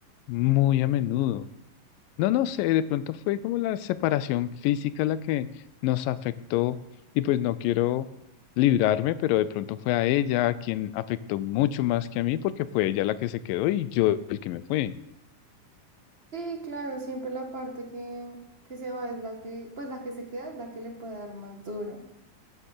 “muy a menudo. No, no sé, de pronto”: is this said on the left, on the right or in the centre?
Left